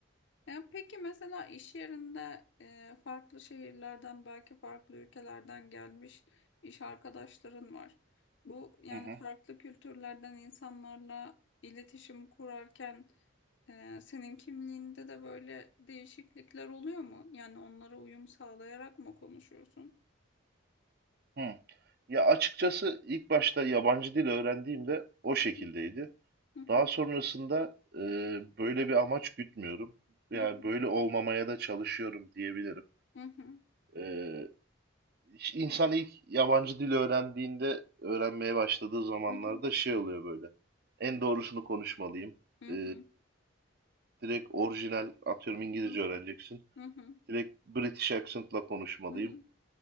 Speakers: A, on the left (about 60°); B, on the right (about 50°).
A: Ya peki mesela iş yerinde e, farklı şehirlerden belki farklı ülkelerden gelmiş iş arkadaşların var. Bu yani
B: Hı hı.
A: farklı kültürlerden insanlarla iletişim kurarken e, senin kimliğinde de böyle değişiklikler oluyor mu? Yani onlara uyum sağlayarak mı konuşuyorsun?
B: Hı. Ya açıkçası ilk başta yabancı dil öğrendiğimde o şekildeydi.
A: Hı hı,
B: Daha sonrasında e, böyle bir amaç gütmüyorum. Yani
A: hı hı,
B: böyle olmamaya da çalışıyorum diyebilirim.
A: hı hı,
B: E, İşte İnsan ilk yabancı dil öğrendiğinde, öğrenmeye başladığı zamanlarda
A: hı hı,
B: şey oluyor böyle. En doğrusunu konuşmalıyım.
A: hı hı,
B: Ee, direkt orijinal, atıyorum İngilizce
A: hı hı,
B: öğreneceksin.
A: hı hı,
B: Direkt British accent'la konuşmalıyım.
A: hı hı,